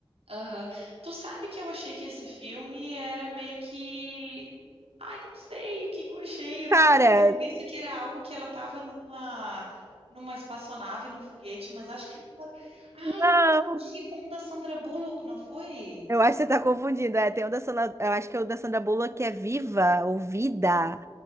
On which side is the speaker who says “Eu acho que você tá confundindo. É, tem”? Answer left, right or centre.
Right